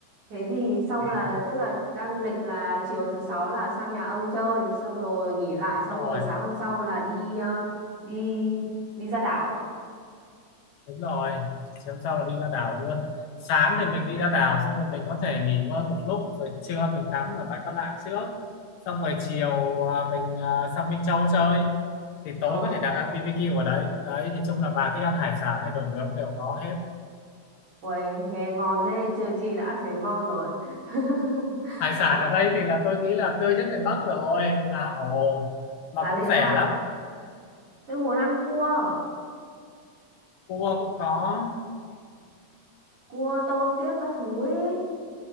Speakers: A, on the right; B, on the left.
A: Thế thì xong
B: ừ,
A: là tức là đang lịch là chiều thứ sáu là sang nhà ông chơi, xong rồi nghỉ lại,
B: đúng
A: xong
B: rồi
A: rồi sáng hôm sau là đi ờ, đi đi ra đảo.
B: đúng rồi chiều hôm sau là đi ra đảo luôn sáng thì mình đi ra đảo xong rồi mình có thể nghỉ ngơi một lúc rồi trưa mình tắm ở bãi Quan Lạn trước xong rồi chiều à, mình à, sang Minh Châu chơi thì
A: Ờ,
B: tối có thể đặt ăn BBQ ở đấy đấy nhìn chung là bà thích ăn hải sản hay đồ nướng đều có hết
A: uầy, nghe ngon thế, chưa gì đã thấy ngon rồi. <laughs>
B: hải sản
A: Còn-
B: ở đây thì là tôi nghĩ là tươi nhất miền Bắc rồi tha hồ mà
A: À
B: cũng
A: thế
B: rẻ
A: à,
B: lắm
A: tôi muốn ăn cua,
B: cua cũng có
A: cua tôm tiếc các thứ ấy.